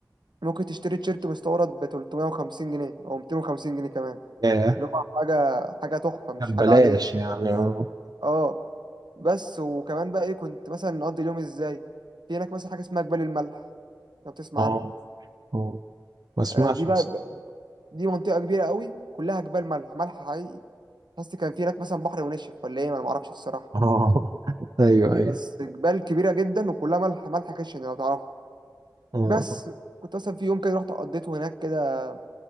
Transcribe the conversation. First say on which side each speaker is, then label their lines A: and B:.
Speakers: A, on the right; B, on the right.
A: ممكن تشتري تيشيرت مستورد ب 350 جنيه او 250 جنيه كمان
B: ياه
A: اللي هو حاجه حاجه تحفه مش
B: طب
A: حاجه
B: بلاش
A: عاديه
B: يعني آه
A: اه بس وكمان بقى ايه كنت مثلا نقضي اليوم ازاي في هناك مثلا حاجه اسمها جبال الملح لو تسمع
B: آه
A: عنها
B: آه. ما أسمعش
A: آه، دي
B: بس
A: بقى دي منطقه كبيره قوي كلها جبال ملح ملح حقيقي حاسس كان في هناك مثلا بحر ونشف ولا ايه ما انا معرفش الصراحه
B: آه <laughs> أيوه أيوه
A: بس جبال كبيره جدا وكلها ملح ملح خشن لو تعرفها
B: آه
A: بس
B: آه.
A: كنت مثلا في يوم كده رحت قضيته هناك كده